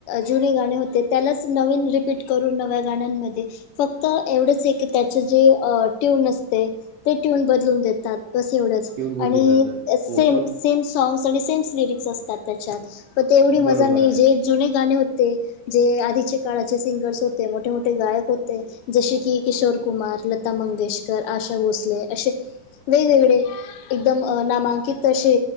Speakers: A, on the left; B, on the right.
A: जुने गाणे होते, त्यालाच नवीन रिपीट करून नव्या गाण्यांमध्ये, फक्त क्तत एवढंच आहे की त्याचे जे ट्यून असते, ते ट्यून बदलून देतात. बस एवढंच,,
B: ट्यून बदली
A: आणि
B: करतात.
A: सेम
B: हो थोडं
A: सेम सॉग्स आणि सेंम लिरिक्स असतात त्याच्यात, पण तेवढी मजा
B: बरोबर
A: नाही
B: आहे.
A: जे जुने गाणे होते जे आधीचे काळाचे सिंगर्स होते, मोठे मोठे गायक होते. जसे की किशोर कुमार, लता मंगेशकर, आशा भोसले, अशे वेगवेगळे, एकदम नामांकित अशे,